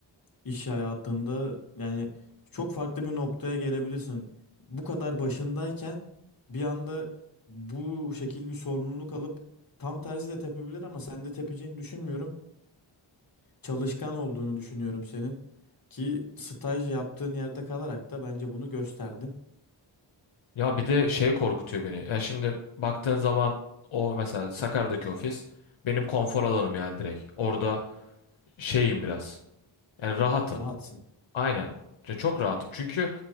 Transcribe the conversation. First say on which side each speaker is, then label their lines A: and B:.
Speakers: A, on the left; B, on the left.
A: iş hayatında yani çok farklı bir noktaya gelebilirsin. Bu kadar başındayken bir anda bu şekil bir sorumluluk alıp tam tersi de tepebilir ama sen de tepeceğini düşünmüyorum. Çalışkan olduğunu düşünüyorum senin ki staj yaptığın yerde kalarak da bence bunu gösterdin.
B: ya bir de şey korkutuyor beni. Ya şimdi baktığın zaman o mesela Sakarya'daki ofis benim konfor alanım yani direkt. Orada şeyim biraz. Yani rahatım.
A: Rahatsın.
B: Aynen. Ya çok rahatım. Çünkü